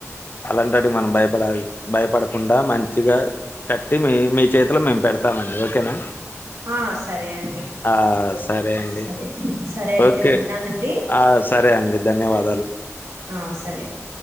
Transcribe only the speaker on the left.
అలాంటాటికి మనం భయపడ భయపడకుండా మంచిగా కట్టి మీ మీ చేతిలో మేము పెడతామండి ఓకేనా
ఆ సరే అండి.
ఓకే
ఆ సరే అండి ధన్యవాదాలు.